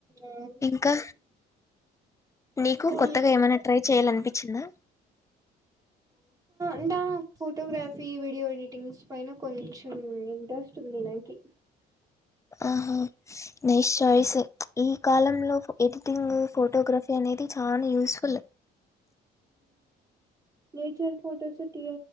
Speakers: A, on the right; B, on the left.
A: అవును.
B: ఇంకా నీకు
A: ఇంకా
B: కొత్తగా ఏమైనా ట్రై చేయాల అనిపించిందా
A: అడా ఫోటోగ్రఫీ వీడియో ఎడిటింగ్స్ పైన కొంచెం ఇంట్రెస్ట్ ఉంది నాకి
B: ఆహా నైస్ చాయిస్ ఈ కాలంలోది టింగ్ ఫోటోగ్రఫీ అనేది చాలా యూస్ఫుల్
A: నేచర్ ఫొటోస్ తీయ